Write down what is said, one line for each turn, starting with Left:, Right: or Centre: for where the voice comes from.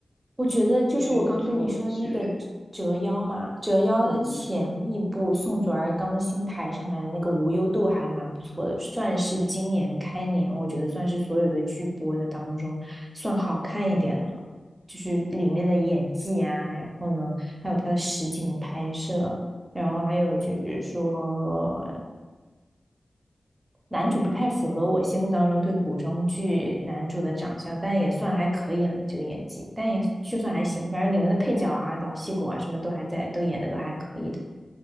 Right: 我觉得就是我刚跟你说的那个折腰嘛，
Left: 你觉得不错的剧嘞？
Right: 折腰的前一部宋祖儿刚新抬上来的那个无忧渡还蛮不错的，
Left: 嗯嗯，
Right: 算是今年开年，我觉得算是所有的剧播的当中算好看一点的了，就是里面的演技啊，然后呢，还有它的实景拍摄，然后还有就是说男主不太符合我心目当中对古装剧男主的长相，但也算还可以了，这个演技，但也就算还行，反正里面的配角啊、老戏骨啊什么都还在，都演的都还可以的。